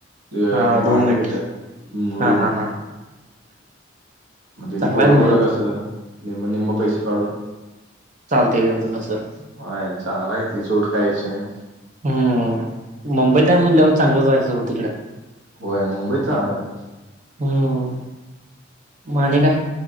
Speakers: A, on the right (about 80°); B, on the right (about 40°).
A: अ,
B: हा
A: भाडण
B: रूममेट
A: घेतल्यात
B: हा
A: रूम
B: हा हा
A: मग
B: चांगला
A: पोरपोरं
B: आहे ना मग जॉब
A: कसं नि निम्म पैसे काढून.
B: चालते लतं तसं.
A: ह चांगला आहे त चूट कायची नाही.
B: हम्.. मुंबई म्हणटल्यावरचांगलंच आहे. सुरव तिकडे
A: होय, मुंबईत चांगला आहे.
B: हम्म माने काय,